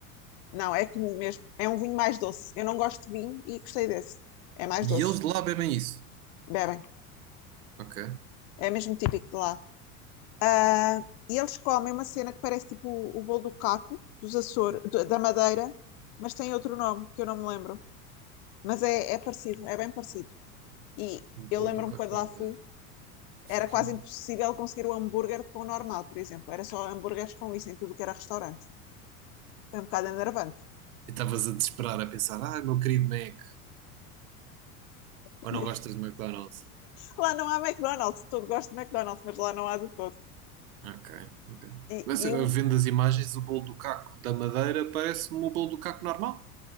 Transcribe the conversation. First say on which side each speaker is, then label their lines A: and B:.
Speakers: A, on the left; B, on the right.
A: Não, é comum mesmo. É um vinho mais doce. Eu não gosto de vinho e gostei desse. É mais
B: E
A: doce.
B: eles de lá bebem isso.
A: Bebem.
B: Ok.
A: É mesmo típico de lá. Ah, e eles comem uma cena que parece tipo o, o bolo do caco, dos Açores, do- da Madeira, mas tem outro nome que eu não me lembro. Mas é, é parecido, é bem parecido. E
B: Um
A: eu
B: bolo
A: lembro-me
B: do Caco
A: quando lá
B: da Madeira.
A: fui, era
B: Ok.
A: quase
B: E
A: impossível conseguir o hambúrguer de pão normal, por exemplo. Era só hambúrgueres com isso em tudo que era restaurante. Foi um bocado enervante.
B: estavas a desesperar, a pensar, ah, meu querido Mac,
A: <laughs>
B: ou
A: E-
B: não gostas de McDonald's?
A: Lá não há McDonald's, todo gosto de McDonald's, mas lá não há de todo.
B: Ok, ok.
A: E,
B: Mas
A: e
B: eu
A: uma
B: vendo as imagens, o bolo do Caco da Madeira parece-me o bolo do Caco normal.